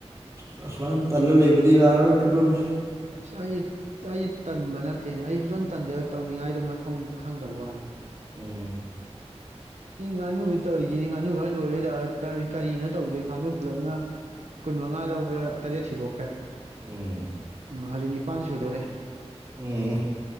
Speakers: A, on the right; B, on the right.
A: ꯑ ꯑꯁꯨꯃꯥꯏꯅ ꯇꯜꯂ ꯂꯩꯕꯗꯤ ꯌꯥꯔꯔꯣꯏ ꯐꯤꯕꯝꯁꯦ
B: ꯑꯁ ꯑꯩ ꯑꯩꯁꯦ ꯇꯟꯕ ꯅꯠꯇꯦꯅꯦ ꯑꯩ ꯁꯨꯡꯇꯝ ꯇꯟꯗꯦ ꯇꯧꯅꯤꯡꯉꯥꯏꯗꯣ ꯃꯊꯣꯡ ꯈꯪꯗꯕ ꯋꯥꯅꯤ
A: ꯎꯝ
B: ꯏ ꯉꯥꯅꯨ ꯇꯧꯔꯤꯁꯤꯅꯦ ꯉꯥꯅꯨ ꯈꯔ ꯂꯣꯏꯒꯦꯗ ꯀꯔꯤꯅꯣ ꯇꯧꯗꯣꯏ ꯉꯥꯅꯨ ꯄꯨꯂꯞꯅ ꯀꯨꯟ ꯃꯉꯥ ꯂꯧꯕ꯭ꯔꯥ ꯇꯔꯦꯠ ꯁꯤꯗꯣꯛꯈ꯭ꯔꯦ
A: ꯎꯝ
B: ꯎꯝ ꯍꯧꯖꯤꯛ ꯅꯤꯄꯥꯟ ꯁꯨꯗꯣꯔꯦ
A: ꯎꯝ